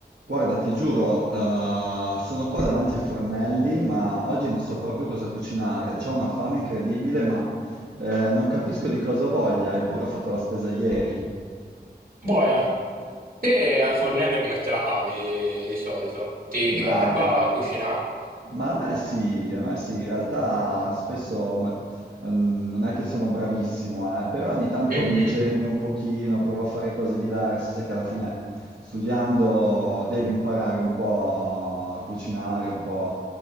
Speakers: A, on the right (about 75°); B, on the right (about 60°).
A: Guarda, ti giuro, eh, sono qua davanti ai fornelli, ma oggi non so proprio cosa cucinare. C'ho una fame incredibile, ma eh, non capisco di cosa voglia, eppure ho fatto la spesa ieri.
B: Boia, te a fornello come te la cavi di solito? Ti, ti
A: Ma,
B: garba a cucinare?
A: ma a me sì, a me sì, in realtà spesso ma- ehm, non è che sono bravissimo, eh, però ogni tanto
B: Mhm.
A: mi ingegno un pochino, provo a fare cose diverse, sai che alla fine studiando devi imparare un po' a cucinare, un po',